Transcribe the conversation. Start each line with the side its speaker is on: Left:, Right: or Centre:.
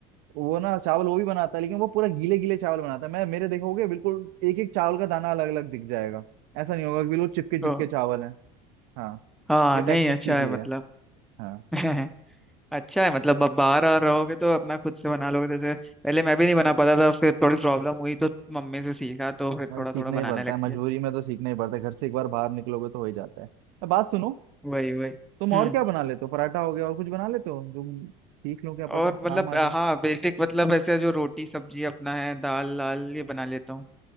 Right: वो ना चावल वो भी बनाता है लेकिन वो पूरा गीले गीले चावल बनाता है मैं मेरे देखोगे बिल्कुल एक एक चावल का दाना अलग अलग दिख जाएगा ऐसा नहीं होगा कि बिल्कुल चिपके
Centre: तो
Right: चिपके चावल है हाँ
Centre: हाँ
Right: ये टेक्निक
Centre: नहीं अच्छा
Right: सीख ली
Centre: है
Right: है
Centre: मतलब
Right: हाँ
Centre: <laughs> अच्छा है मतलब अब बाहर और रहोगे तो अपना खुद से बना लोगे जैसे पहले मैं भी नहीं बना पाता था फिर थोड़ी प्रॉब्लम हुई तो मम्मी से सीखा तो फिर
Right: और
Centre: थोड़ा
Right: सीखना
Centre: थोड़ा बनाने
Right: ही पड़ता
Centre: लग
Right: है मजबूरी
Centre: गया
Right: में तो सीखना ही पड़ता है घर से एक बार बाहर निकलोगे तो हो ही जाता है अब बात सुनो
Centre: वही वही
Right: तुम और
Centre: हम्म
Right: क्या बना लेते हो पराठा हो गया और कुछ बना लेते हो तुम सीख लो क्या पता
Centre: और मतलब
Right: काम आ
Centre: अ,
Right: जाए
Centre: हाँ बेसिक मतलब ऐसे जो रोटी सब्जी अपना है दाल लाल ये बना लेता हूँ